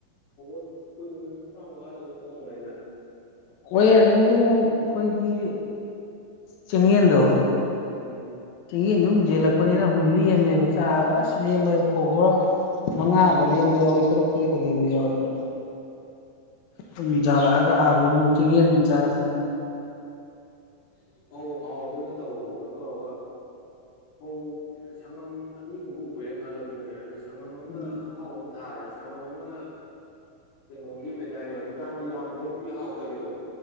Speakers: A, on the left; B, on the left.
A: ꯐꯕꯣꯠ ꯀꯨꯟ ꯇꯔꯥꯃꯉꯥꯗ ꯑꯗꯨꯝ ꯑꯣꯛꯑꯝꯒꯅꯤꯗ
B: ꯍꯣꯢ ꯑꯗꯨꯗꯒꯤ ꯑꯃꯨꯛ ꯑꯈꯣꯏꯒꯤ ꯆꯦꯡꯌꯦꯟꯗꯣ
A: ꯎꯝ
B: ꯆꯤꯡꯌꯦꯟꯗꯨ ꯑꯗꯨꯨꯝ ꯌꯦꯜꯂꯛꯄꯅꯤꯅ ꯂꯦꯝꯃꯦꯕ ꯆꯥꯕ ꯑꯁ ꯂꯦꯝꯕ ꯐꯧꯕꯣꯔꯥ ꯃꯉꯥꯒ ꯂꯦꯝꯕ ꯌꯥꯎꯏ ꯇꯔꯨꯛ ꯇꯔꯦꯠꯀ ꯂꯦꯝꯕ ꯌꯥꯎꯑꯦꯕ ꯗꯨꯝ ꯖꯥꯂꯛꯑꯒ ꯑꯗꯨꯝ ꯆꯦꯡꯌꯦꯟ ꯆꯥꯔꯛꯄꯅꯤꯅ
A: ꯑꯩꯗꯤ ꯐꯧ ꯍꯥꯎꯕꯩ ꯅꯠꯇꯕꯀꯣ ꯀꯩꯅꯣ ꯇꯧꯔꯒ ꯐꯧ ꯁꯉꯝ ꯑꯅꯤꯒꯨꯝꯕ ꯎꯔꯦꯅ ꯈꯜꯂꯖꯨꯅꯦ ꯑꯗꯩ ꯁꯉꯝ ꯑꯃꯅ
B: ꯎꯝ
A: ꯑꯍꯥꯎꯕ ꯑꯃ ꯊꯥꯔꯦ ꯁꯉꯝ ꯑꯃꯅ ꯀꯩꯅꯣꯒꯤ ꯑꯃ ꯂꯩꯗꯥꯢꯅꯦ ꯍꯧꯖꯤꯛꯀꯥꯟꯒꯤ ꯌꯥꯝ ꯊꯣꯛꯄꯤ ꯍꯥꯎꯇꯕꯤꯗꯣ